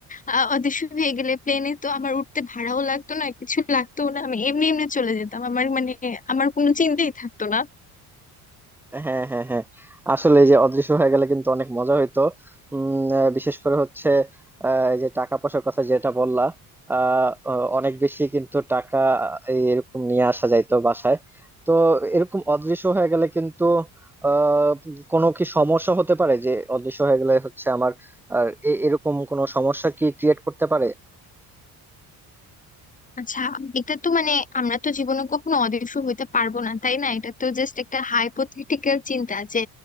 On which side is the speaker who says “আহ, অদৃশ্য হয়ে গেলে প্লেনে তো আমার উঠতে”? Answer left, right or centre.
Left